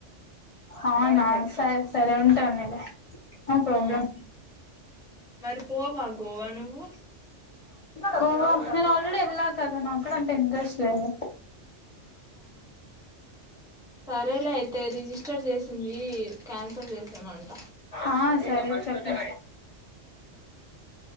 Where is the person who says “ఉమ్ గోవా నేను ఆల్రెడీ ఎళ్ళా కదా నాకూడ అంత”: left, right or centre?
Left